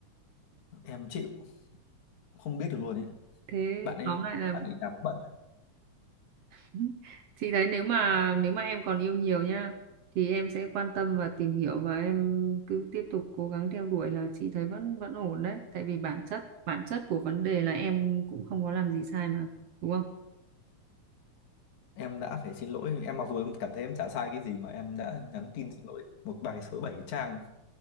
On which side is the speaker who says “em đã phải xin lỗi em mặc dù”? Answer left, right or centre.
Left